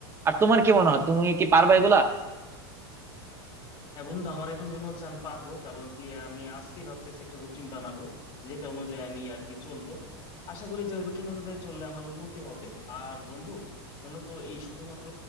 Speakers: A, on the right; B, on the left.
A: আর তোমার কি মনে হয় তুমি
B: হুম।
A: কি পারবা এগুলা
B: হ্যাঁ বন্ধু আমার এখন মনে হচ্ছে আমি পারবো কারণ কি আমি আজকেই ভাবতেছি একটা রুটিন বানাবো যেটা অনুযায়ী আমি আর কি চলবো আশা করি যে ওই রুটিন অনুযায়ী চললে আমার উন্নতি হবে আর বন্ধু মূলত এই শুধুমাত্র